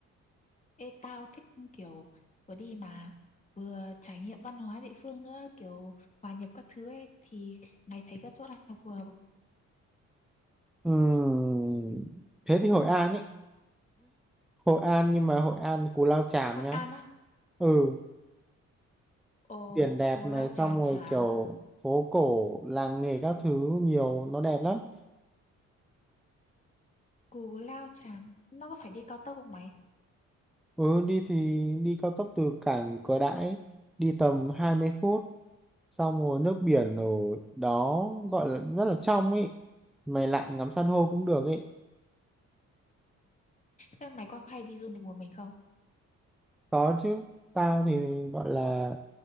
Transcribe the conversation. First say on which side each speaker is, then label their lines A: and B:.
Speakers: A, on the left; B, in the centre.
A: Ê, tao thích kiểu vừa đi mà vừa trải nghiệm văn hóa địa phương nữa, kiểu hòa nhập các thứ ấy thì mày thấy các chỗ nào phù hợp?
B: Ừm, thế thì Hội An ấy Hội An nhưng mà Hội An Cù Lao Chàm
A: Hội
B: nhá
A: An á.
B: ừ
A: Ồ,
B: biển đẹp
A: Cù
B: này
A: Lao
B: xong
A: Chàm
B: rồi
A: hả?
B: kiểu phố cổ làng nghề các thứ nhiều nó đẹp lắm
A: Cù Lao Chàm, nó có phải đi cao tốc không mày?
B: Ừ, đi thì đi cao tốc từ cảng Cửa Đãi đi tầm hai mươi phút xong rồi nước biển ở đó gọi là rất là trong ấy mày lặn ngắm san hô cũng được ấy
A: Thế mày có hay đi du lịch một mình không?
B: có chứ tao thì gọi là